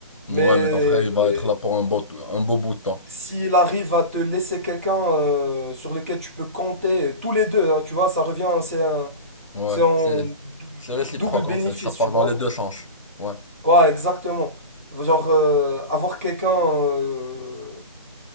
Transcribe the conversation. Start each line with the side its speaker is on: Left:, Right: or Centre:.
Left: Ouais,
Right: Mais euh,
Left: mais ton frère, il va être là pour un beau, un beau bout de temps.
Right: s'il arrive à te laisser quelqu'un euh, sur lequel tu peux compter, tous les deux, hein, tu vois, ça revient, c'est un,
Left: Ouais.
Right: c'est en
Left: C'est,
Right: dou-
Left: c'est réciproque,
Right: double bénéfice,
Left: en fait. Ça part
Right: tu vois.
Left: dans les deux sens. Ouais.
Right: Ouais, exactement. Genre, euh, avoir quelqu'un... euh,